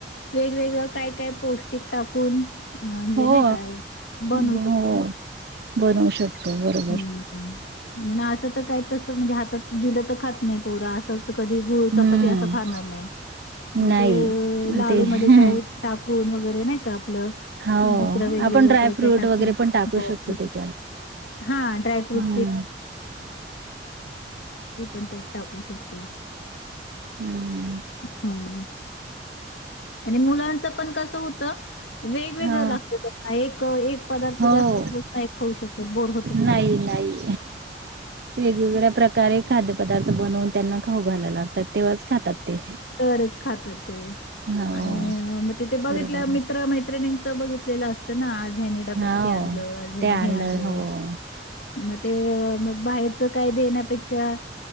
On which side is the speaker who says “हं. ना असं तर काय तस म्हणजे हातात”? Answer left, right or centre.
Left